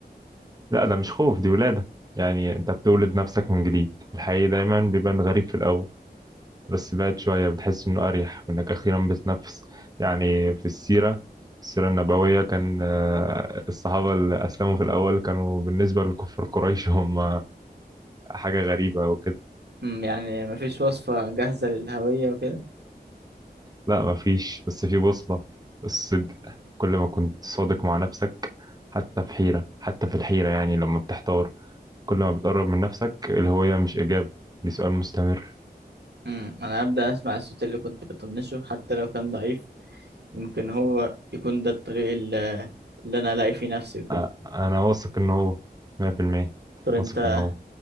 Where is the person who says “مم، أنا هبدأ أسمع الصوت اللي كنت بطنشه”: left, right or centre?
Right